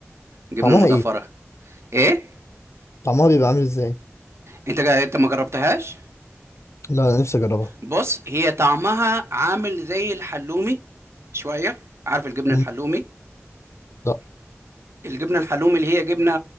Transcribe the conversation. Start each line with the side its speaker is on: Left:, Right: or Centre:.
Right: جبنه
Left: طعمها
Right: المضافره
Left: إيه؟
Right: ايه
Left: طعمها بيبقى عامل ازاي
Right: انت جا- انت ما جربتهاش
Left: لا انا نفسي اجربها
Right: بص هي طعمها عامل زي الحلومي شويه عارف الجبنه
Left: مم.
Right: الحلومي
Left: لا
Right: الجبنة الحلومي اللي هي جبنة